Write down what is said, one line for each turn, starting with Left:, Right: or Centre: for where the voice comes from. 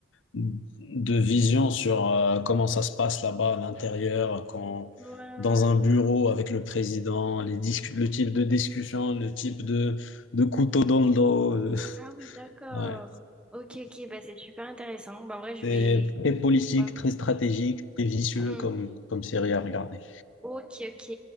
Left: de vision sur euh, comment ça se passe là-bas à l'intérieur, quand,
Centre: Ouais, ouais. ouais.
Left: dans un bureau avec le président, les discu- le type de discussion, le type de, de couteau dans le dos. de- <laughs>
Centre: Ah oui, d'accord.
Left: Ouais.
Centre: Ok, ok, bah c'est super intéressant. Bah, en vrai, je
Left: C'est
Centre: vais.
Left: très politique,
Centre: Ouais.
Left: très stratégique, très vicieux
Centre: Mhm.
Left: comme, comme série à regarder.
Centre: Ok, ok.